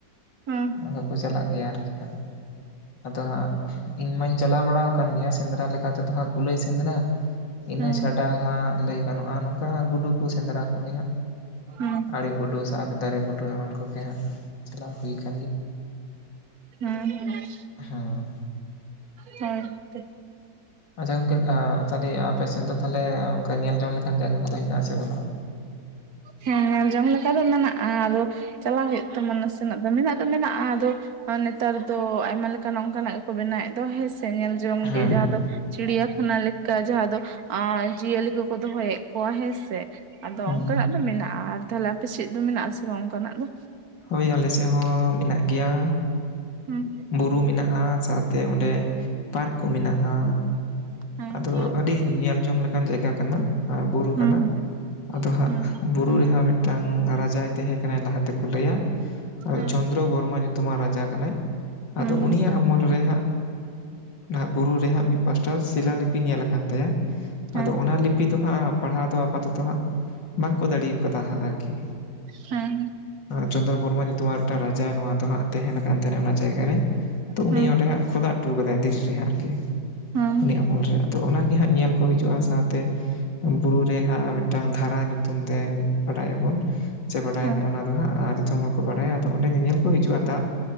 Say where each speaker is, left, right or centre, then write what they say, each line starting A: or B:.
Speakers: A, on the right; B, on the left.
A: ᱦᱩᱸ
B: ᱚᱱᱠᱟ ᱠᱚ ᱪᱟᱞᱟᱜ ᱜᱮᱭᱟ ᱟᱨᱠᱤ ᱦᱟᱸᱜ᱾ ᱟᱫᱚ ᱦᱟᱸᱜ ᱤᱧ ᱢᱟᱧ ᱪᱟᱞᱟᱣ ᱵᱟᱲᱟᱣ ᱠᱟᱱ ᱜᱮᱭᱟ ᱥᱮᱸᱫᱽᱨᱟ ᱞᱮᱠᱟ ᱛᱮᱫᱚ ᱦᱟᱸᱜ ᱠᱩᱞᱟᱹᱭ ᱥᱮᱸᱫᱽᱨᱟ᱾ ᱤᱱᱟᱹ
A: ᱦᱩᱸ
B: ᱪᱷᱟᱰᱟ ᱦᱟᱸᱜ ᱞᱟᱹᱭ ᱜᱟᱱᱚᱜ-ᱟ ᱱᱚᱝᱠᱟ ᱜᱩᱰᱩ ᱠᱚ ᱥᱮᱸᱫᱽᱨᱟ ᱠᱚᱜᱮᱭᱟ᱾
A: ᱦᱩᱸ
B: ᱟᱲᱮ ᱜᱩᱰᱩ ᱥᱟᱶᱛᱮ ᱫᱟᱨᱮ ᱜᱩᱰᱩ ᱮᱢᱟᱱ ᱠᱚᱜᱮ ᱦᱟᱸᱜ ᱪᱟᱞᱟᱣ ᱦᱩᱭ ᱠᱟᱱᱟ᱾
A: ᱦᱮᱸ ᱦᱮᱸ ᱟᱨ
B: ᱦᱮᱸ
A: <unintelligible> ᱛᱮᱜ
B: ᱟᱪᱪᱷᱟ ᱜᱚᱝᱠᱮ ᱛᱟᱦᱞᱮ ᱟᱯᱮᱥᱮᱫ ᱫᱚ ᱛᱟᱦᱞᱮ ᱚᱱᱠᱟ ᱧᱮᱞ ᱡᱚᱝ ᱞᱮᱠᱟᱱ ᱡᱟᱭᱜᱟ ᱠᱚᱫᱚ ᱦᱮᱱᱟᱜ ᱟᱥᱮ ᱵᱟᱹᱱᱩᱜᱼᱟ᱾
A: ᱦᱮᱸ ᱧᱮᱞ ᱡᱚᱝ ᱞᱮᱠᱟ ᱫᱚ ᱢᱮᱱᱟᱜᱼᱟ ᱟᱫᱚ ᱪᱟᱞᱟᱜ ᱦᱩᱭᱩᱜ ᱛᱟᱢᱟ ᱱᱟᱥᱮᱱᱟᱜ ᱫᱚ ᱢᱮᱱᱟᱜ ᱢᱮᱱᱟᱜᱼᱟ ᱟᱫᱚ ᱱᱮᱛᱟᱨ ᱫᱚ ᱟᱭᱢᱟ ᱞᱮᱠᱟᱱᱟᱜ ᱚᱱᱠᱟᱱᱟᱜ ᱜᱮᱠᱚ ᱵᱮᱱᱟᱣᱮᱫ ᱫᱚ ᱦᱮᱸ ᱥᱮ ᱧᱮᱞ ᱡᱚᱝ
B: ᱦᱮᱸ
A: ᱜᱮ ᱡᱟᱦᱟᱸ ᱫᱚ ᱪᱤᱲᱭᱟᱠᱷᱟᱱᱟ ᱞᱮᱠᱟ ᱡᱟᱦᱟᱸ ᱫᱚ ᱡᱤᱭᱟᱹᱞᱤ ᱠᱚᱠᱚ ᱫᱚᱦᱚᱭᱮᱫ ᱠᱚᱣᱟ ᱦᱮᱸ ᱥᱮ ᱟᱫᱚ
B: ᱦᱮᱸ
A: ᱚᱱᱠᱟᱱᱟᱜ ᱫᱚ ᱢᱮᱱᱟᱜᱼᱟ ᱟᱨ ᱛᱟᱦᱞᱮ ᱟᱯᱮ ᱥᱮᱫ ᱫᱚ ᱢᱮᱱᱟᱜ ᱟᱥᱮ ᱵᱟᱝ ᱚᱱᱠᱟᱱᱟᱜ ᱫᱚ?
B: ᱦᱩᱭ ᱟᱞᱮ ᱥᱮᱫ ᱦᱚᱸ ᱢᱮᱱᱟᱜ ᱜᱮᱭᱟ
A: ᱦᱩᱸ
B: ᱵᱩᱨᱩ ᱢᱮᱱᱟᱜᱼᱟ ᱥᱟᱛ ᱛᱮ ᱚᱸᱰᱮ ᱯᱟᱨᱠ ᱠᱚ ᱢᱮᱱᱟᱜᱼᱟ᱾
A: ᱦᱮᱸ
B: ᱟᱫᱚ ᱟᱹᱰᱤ ᱧᱮᱞ ᱡᱚᱝ ᱞᱮᱠᱟᱱ ᱡᱟᱭᱜᱟ ᱠᱟᱱᱟ ᱵᱩᱨᱩ
A: ᱦᱩᱸ
B: ᱠᱟᱱᱟ᱾
A: ᱦᱩᱸ
B: ᱟᱫᱚ ᱦᱟᱸᱜ
A: ᱦᱩᱸ
B: ᱵᱩᱨᱩ ᱨᱮᱦᱟᱜ ᱢᱤᱫᱴᱟᱝ ᱨᱟᱡᱟᱭ ᱛᱟᱦᱮᱸ ᱠᱟᱱᱟ ᱞᱟᱦᱟᱛᱮ ᱪᱚᱱᱫᱨᱚ
A: ᱦᱮᱸ
B: ᱵᱚᱨᱢᱟ ᱧᱩᱛᱩᱢᱟᱱ ᱨᱟᱡᱟ ᱠᱟᱱᱟᱭ
A: ᱦᱩᱸ
B: ᱟᱫᱚ ᱩᱱᱤᱭᱟᱜ ᱟᱢᱚᱞ ᱨᱮᱦᱟᱸᱜ ᱚᱱᱟ ᱵᱩᱨᱩ ᱨᱮᱦᱟᱸᱜ ᱢᱤᱫ ᱯᱟᱥᱴᱟ ᱥᱤᱞᱟ ᱞᱤᱯᱤ ᱧᱮᱞ ᱟᱠᱟᱱ ᱛᱟᱭᱟ᱾
A: ᱦᱩᱸ ᱦᱮᱸ
B: ᱟᱫᱚ ᱚᱱᱟ ᱞᱤᱯᱤ ᱫᱚ ᱦᱟᱸᱜ ᱯᱟᱲᱦᱟᱣ ᱫᱚ ᱟᱯᱟᱫᱚᱛᱚ ᱦᱟᱸᱜ ᱵᱟᱝᱠᱚ ᱫᱟᱲᱮᱠᱟᱫᱟ ᱦᱟᱸᱜ ᱟᱨᱠᱤ
A: ᱦᱮᱸ
B: ᱪᱚᱱᱨᱚ ᱵᱚᱨᱢᱟ ᱧᱩᱛᱩᱢ ᱨᱟᱡᱟ ᱱᱚᱣᱟ ᱫᱚ ᱦᱟᱸᱜ ᱛᱟᱦᱮᱸᱱ ᱠᱟᱱ ᱛᱟᱦᱮᱸᱱᱟ ᱚᱱᱟ ᱡᱟᱭᱜᱟ ᱨᱮ ᱛᱚ ᱩᱱᱤ
A: ᱦᱮᱸ
B: ᱚᱸᱰᱮ ᱦᱟᱜ ᱠᱷᱚᱫᱟ ᱠᱟᱫᱟᱭ ᱫᱷᱮᱨᱤ ᱨᱮ ᱦᱟᱜ ᱟᱨᱠᱤ
A: ᱦᱮᱸ
B: ᱩᱱᱤ ᱟᱢᱚᱞ ᱨᱮ ᱟᱫᱚ ᱚᱱᱟᱜᱮ ᱦᱟᱸᱜ ᱧᱮᱞ ᱠᱚ ᱦᱤᱡᱩᱜᱼᱟ᱾ ᱥᱟᱶᱛᱮ ᱵᱩᱨᱩ ᱨᱮ ᱦᱟᱸᱜ ᱢᱤᱫᱴᱟᱝ ᱫᱷᱟᱨᱟ ᱧᱩᱛᱩᱢ ᱛᱮ ᱵᱟᱲᱟᱭᱟᱵᱚᱱ ᱪᱮ ᱵᱟᱰᱟᱭᱟ
A: ᱦᱮᱸ
B: ᱚᱱᱟ <unintelligible> ᱟᱫᱚ ᱦᱟᱸᱜ ᱫᱤᱥᱚᱢ ᱦᱚᱲ ᱠᱚ ᱵᱟᱲᱟᱭᱟ ᱟᱫᱚ ᱚᱸᱰᱮ ᱧᱮᱧᱮᱞ ᱠᱚ ᱦᱤᱡᱩᱜᱼᱟ ᱫᱟᱜ